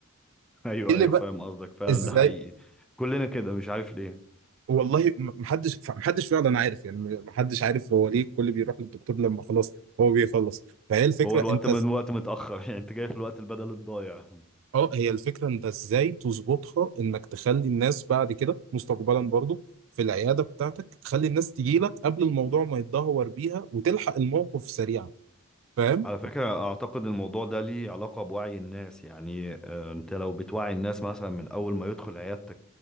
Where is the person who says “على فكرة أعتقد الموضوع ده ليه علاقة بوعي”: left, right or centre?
Centre